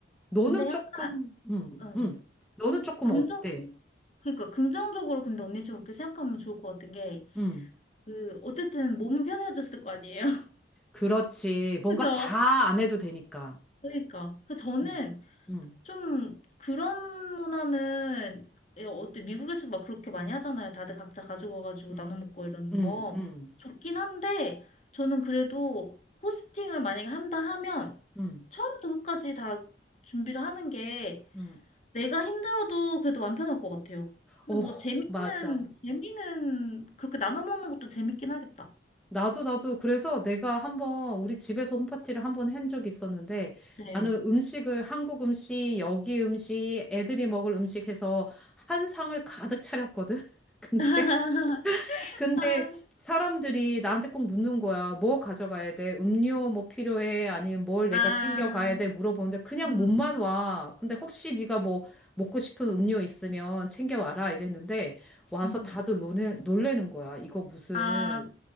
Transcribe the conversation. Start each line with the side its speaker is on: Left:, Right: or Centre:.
Centre: 너는
Left: 근데
Centre: 조금,
Left: 약간,
Centre: 음,
Left: 어,
Centre: 음. 너는 조금
Left: 긍정적,
Centre: 어때?
Left: 그러니까 긍정적으로 근데 언니처럼 그렇게 생각하면 좋을 것 같은 게,
Centre: 음,
Left: 그, 어쨌든 몸은 편해졌을 거 아니에요? <laughs>
Centre: 그렇지. 뭔가
Left: 그죠?
Centre: 다 안 해도 되니까.
Left: 그러니까. 그 저는
Centre: 음, 음,
Left: 좀 그런 문화는, 예, 어때, 미국에서도 막 그렇게 많이 하잖아요. 다들 각자 가지고 와가지고
Centre: 음,
Left: 나눠 먹고 이러는
Centre: 음,
Left: 거. 좋긴 한데, 저는 그래도 호스팅을 만약에 한다 하면,
Centre: 음,
Left: 처음부터 끝까지 다 준비를 하는 게
Centre: 음.
Left: 내가 힘들어도 그래도 완편할 것 같아요. 근데
Centre: 어,
Left: 뭐 재미는
Centre: 맞아.
Left: 재미는 그렇게 나눠 먹는 것도 재밌긴 하겠다.
Centre: 나도 나도 그래서 내가 한번 우리 집에서 홈파티를 한 번 한 적이 있었는데
Left: 네.
Centre: 나는 음식을 한국 음식, 여기 음식, 애들이 먹을 음식 해서 한 상을 가득 차렸거든. <laughs> 근데
Left: <laughs>
Centre: 근데
Left: 아,
Centre: 사람들이 나한테 꼭 묻는 거야. 뭐 가져가야 돼? 음료 뭐 필요해? 아니면 뭘 내가
Left: 아,
Centre: 챙겨가야 돼? 물어보는데 그냥
Left: 음,
Centre: 몸만
Left: 음,
Centre: 와. 근데 혹시 네가 뭐 먹고 싶은 음료 있으면 챙겨와라 이랬는데 와서
Left: 음.
Centre: 다들 놀래, 놀래는 거야. 이거 무슨
Left: 아,